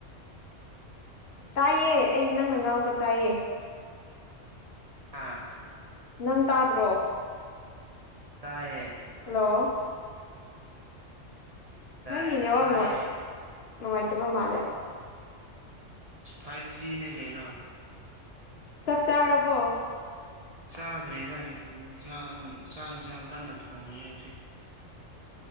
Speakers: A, on the left; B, on the right.
A: ꯇꯥꯏꯌꯦ ꯑꯩ ꯅꯪꯅ ꯉꯥꯡꯕ ꯇꯥꯏꯌꯦ
B: ꯍꯥ
A: ꯅꯪ ꯇꯥꯗ꯭ꯔꯣ
B: ꯇꯥꯏꯌꯦ
A: ꯍꯜꯂꯣ
B: ꯇꯥꯏꯌꯦ
A: ꯅꯪꯒꯤ ꯅꯦꯠ ꯋꯥꯛ
B: ꯇꯥꯏꯌꯦ
A: ꯅꯨꯡꯉꯥꯏꯇꯕ ꯃꯥꯜꯂꯦ
B: ꯐꯥꯏꯚ ꯖꯤꯅꯦꯒꯦꯅ
A: ꯆꯥꯛ ꯆꯥꯔꯕꯣ
B: ꯆꯥꯗ꯭ꯔꯦꯗ ꯍ ꯌꯦꯟꯁꯥꯡ ꯆꯥꯛ ꯌꯦꯟꯁꯥꯡ ꯀꯟꯅ ꯊꯣꯡꯉꯦ ꯍꯧꯖꯤꯛ